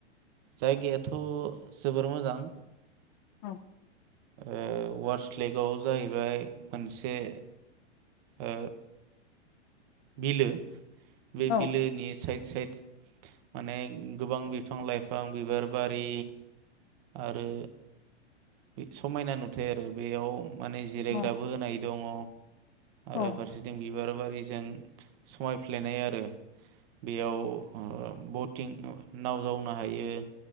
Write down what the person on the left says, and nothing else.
औ
औ
औ
औ